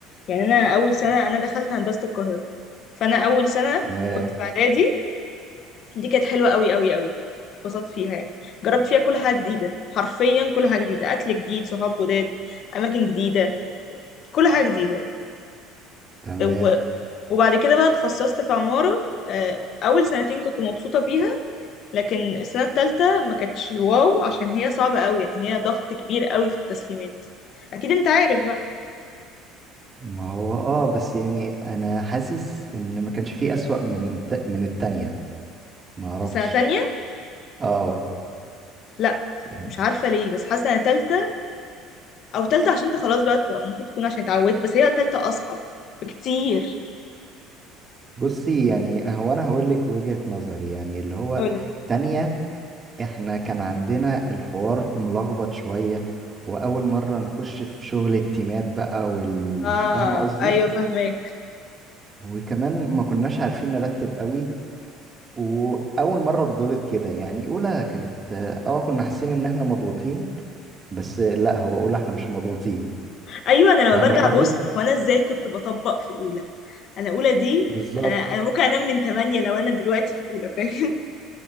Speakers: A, on the left (about 55°); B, on the right (about 30°).
A: يعني انا اول سنه انا دخلت هندسه القاهره فانا اول سنه
B: تمام
A: كنت في اعدادي دي كانت حلوه قوي قوي قوي اتبسطت فيها يعني جربت فيها كل حاجه جديده حرفيا كل حاجه جديده اكل جديد صحاب جداد اماكن جديده كل حاجه جديده
B: تمام
A: و- وبعد كده بقى اتخصصت في عماره آه، اول سنتين كنت مبسوطه فيها لكن السنة التالتة ما كانتش واو عشان هي صعبة قوي يعني هي ضغط كبير قوي في التسليمات اكيد انت عارف بقى
B: ما هو اه بس يعني انا حاسس ان ما كانش فيه اسوأ من الت- من التانية ما اعرفش
A: سنة تانية
B: اه
A: لا
B: يعني
A: مش عارفة ليه بس حاسة سنة تالتة او تالتة عشان انت خلاص بقى تبقى ممكن تكون عشان اتعودت بس هي تالتة اصعب بكتير
B: بصي يعني هو انا هقول لك وجهة نظري يعني اللي هو
A: قولي
B: تانية احنا كان عندنا الحوار ملخبط شوية واول مرة نخش في شغل التيمات بقى والفاهمة
A: اه
B: قصدي
A: ايوه فهماك
B: وكمان ما كناش عارفين نرتب قوي واول مره اتضغط كده يعني اولى كانت اه كنا حاسين ان احنا مضغوطين بس لا هو اولى احنا مش مضغوطين
A: ايوه انا
B: فاهمه
A: لما برجع
B: قصدي
A: بص وانا ازاي كنت بطبق في اولى انا اولى دي
B: بالظبط
A: انا انا ممكن انام من 8 لو انا دلوقتي في اولى فاهم